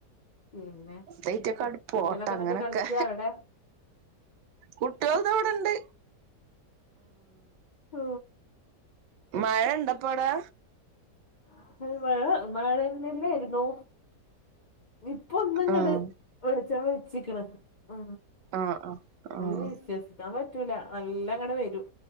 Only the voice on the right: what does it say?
തെയ്‌റ്റെക്കെ ണ്ട്‌ പോട്ടെ
അങ്ങനൊക്കെ
കുട്ടിൾ താ അവിടെണ്ട്
മഴ ഇണ്ടപ്പവിടാ
ആഹ്
ആഹ് ആഹ്